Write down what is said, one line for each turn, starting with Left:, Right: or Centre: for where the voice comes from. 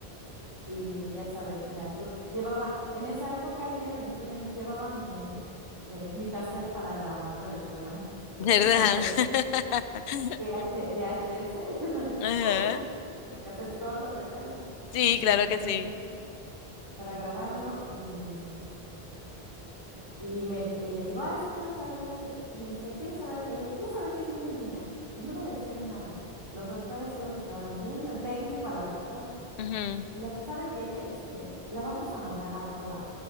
Right: y ya sabes, o sea, tú llevaba, en esa época él tiene 21 años, llevaba mi, eh, mi cassette para grabar el ecograma,
Left: ¿Verdad?
Right: <laughs> un cassette
Left: <laughs>
Right: VH, VHS, <laughs>
Left: Ajá.
Right: los cassettes gordos, recuerda.
Left: Sí,
Right: Entonces,
Left: claro que sí.
Right: para grabarlo y Y, me, y les digo, ah, es que quiero saber, este, me dice, ¿quieres saber? Le digo, quiero saber si es niño o niña. Y no me decían nada. Los doctores solo se quedaban viendo, el técnico a la doctora.
Left: Ujú.
Right: Y la sabe que este, la vamos a mandar a otro lado.